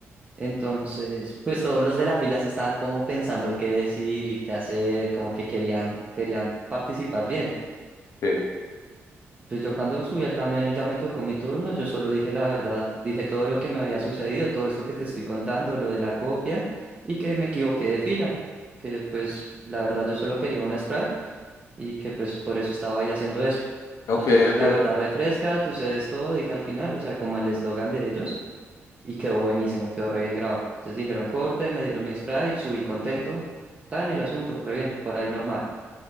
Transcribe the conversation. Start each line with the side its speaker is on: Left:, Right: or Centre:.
Right: Entonces, pues todos los de la fila sí estaban como pensando qué decir y qué hacer, como que querían, querían participar bien.
Left: Sí.
Right: Pues yo cuando subí al camión y ya me tocó mi turno, yo solo dije la verdad, dije todo lo que me había sucedido, todo esto que te estoy contando, lo de la copia y que me equivoqué de fila, que pues la verdad yo solo quería una spray y que pues por eso estaba ahí haciendo eso.
Left: Ok,
Right: Entonces
Left: ok.
Right: la verdad refresca, tú cedes todo, dije al final, o sea, como el eslogan de ellos y quedó buenísimo, quedó re bien grabado. Entonces dijeron corte, me dieron mi spray, subí contento, está en el asunto, re bien, por ahí normal.